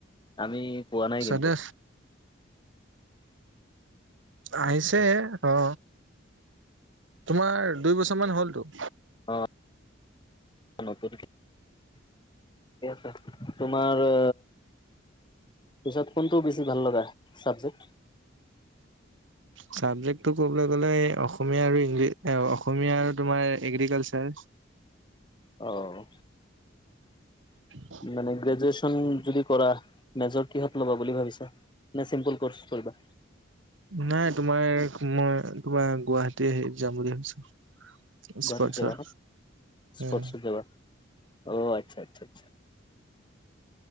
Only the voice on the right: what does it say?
চদে
আহিছে, অঁহ। তোমাৰ দুই বছৰমান হ'লতো।
ছাবজেক্টটো ক'বলৈ গ'লে অসমীয়া আৰু ইংলি অসমীয়া আৰু তোমাৰ এগ্ৰিকালচাৰ।
উ <unintelligible>
নাই তোমাৰ মই তোমাৰ গুৱাহাটী হেৰিত যাম বুলি ভাবিছো।
স্পৰ্টছৰ।
উম